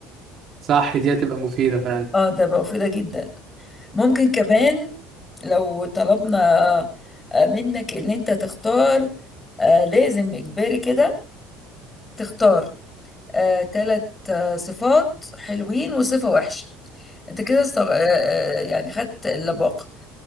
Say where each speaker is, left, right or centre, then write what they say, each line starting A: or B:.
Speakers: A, on the right; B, on the left.
A: صح دي هتبقى مفيدة فعلا
B: اه ده بقى مفيده جدا ممكن كمان لو طلبنا آه، منك ان انت تختار آه، لازم اجباري كده تختار ثلاث صفات حلوين وصفة وحشة انت كده استغ... آه، آه، يعني خدت اللباقة